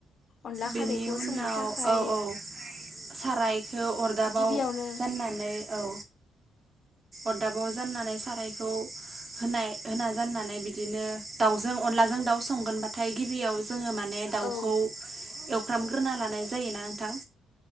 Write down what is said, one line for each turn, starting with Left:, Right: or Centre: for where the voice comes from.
Left: अनला
Right: बेनि
Left: खारैखौ
Right: उनाव
Left: संनो थाखाय
Right: औ औ सारायखौ अरदाबाव
Left: गिबियावनो
Right: जाननानै औ अरदाबाव जाननानै सारायखौ होनाय होना जाननानै बिदिनो दाउजों अनलाजों दाउ संगोनबाथाय गिबियाव जोङो माने दाउखौ
Left: औ
Right: एवफ्रामग्रोना लानाय जायोना नोंथां।